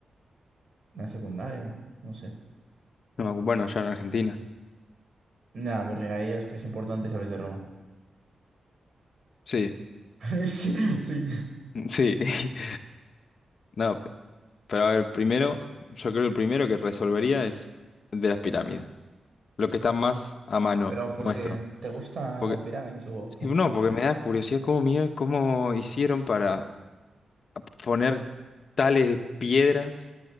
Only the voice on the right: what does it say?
La secundaria, no sé.
Nada, porque ahí os creéis importantes y habláis de Roma.
<laughs> Sí, sí.
Pero porque
te gustan
las pirámides o
qué?